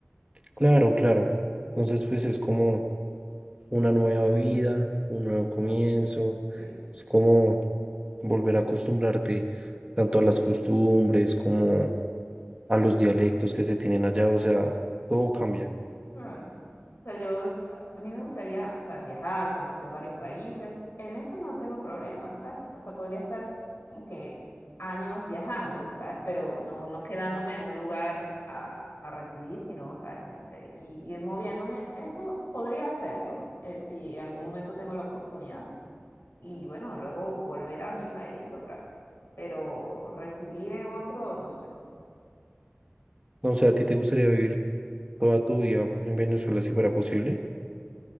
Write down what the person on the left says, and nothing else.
Sí.
Claro. O sea, yo, a mí me gustaría, o sea, viajar, conocer varios países. En eso no tengo problema, ¿sabes? hasta podría estar como que años viajando, ¿sabes? Pero no, no quedándome en un lugar a, a residir, sino, ¿sabes? Como que y, ir moviéndome. Eso podría hacerlo, eh, si en algún momento tengo la oportunidad. Y bueno, luego volver a mi país otra vez. Pero residir en otro, no sé.